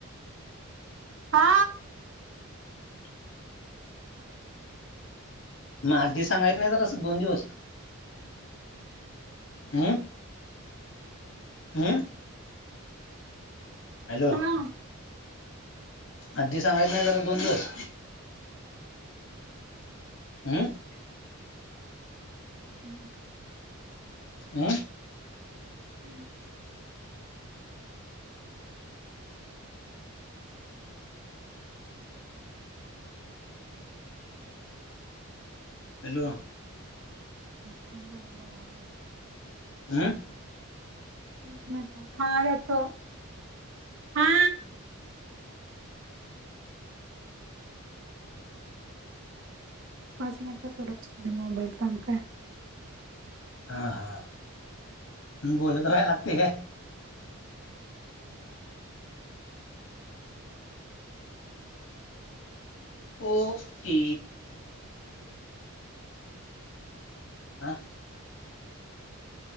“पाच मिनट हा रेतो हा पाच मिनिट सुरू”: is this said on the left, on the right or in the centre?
Right